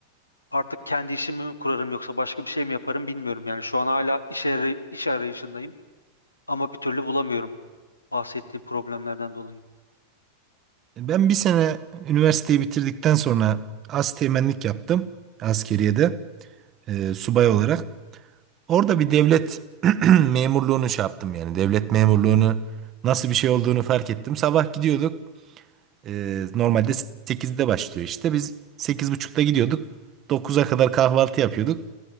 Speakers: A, on the left; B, on the right.
A: Artık kendi işimi mi kurarım yoksa başka bir şey mi yaparım bilmiyorum. Yani şu an hala iş, aray- iş arayışındayım ama bir türlü bulamıyorum bahsettiğim problemlerden dolayı.
B: Ben bir sene üniversiteyi bitirdikten sonra asteğmenlik yaptım askeriyede e, subay olarak. Orada bir devlet <clears throat> memurluğunu şey yaptım yani. Devlet memurluğunu nasıl bir şey olduğunu fark ettim. Sabah gidiyorduk. Ee, normalde sekizde başlıyor işte. Biz sekiz buçukta gidiyorduk. dokuz'a kadar kahvaltı yapıyorduk.